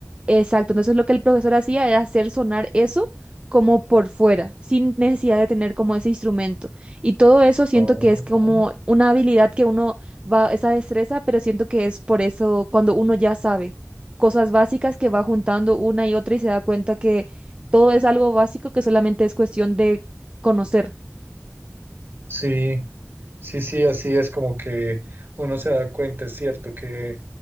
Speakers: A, on the right; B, on the right.
A: Exacto, entonces lo que el profesor hacía era hacer sonar eso como por fuera, sin necesidad de tener como ese instrumento. Y todo eso siento
B: Ah,
A: que es como una habilidad que uno va, esa destreza, pero siento que es por eso cuando uno ya sabe cosas básicas que va juntando una y otra y se da cuenta que todo es algo básico que solamente es cuestión de conocer.
B: Sí, sí, sí, así es como que uno se da cuenta, es cierto, que